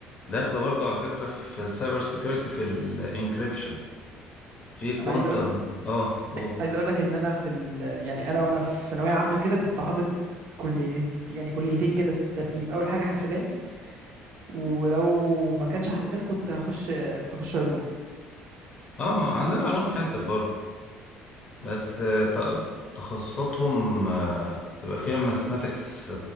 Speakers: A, on the left (about 30°); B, on the right (about 50°).
A: داخله برضو على فكره في السايبر سيكيورتي في الانكريبشن في كوانتم
B: انا عايز اقول
A: اه قول
B: عايز اقول لك ان انا في ال... يعني انا وانا في ثانويه عامه كده كنت حاطط كليه يعني كليتين كده في الترتيب اول حاجه حاسبات ولو ما كانش حاسبات كنت هخش كنت هخش علوم
A: اه عندنا علوم حاسب برضو بس آه، ت- تخصصاتهم آه، تبقى فيها ماثماتكس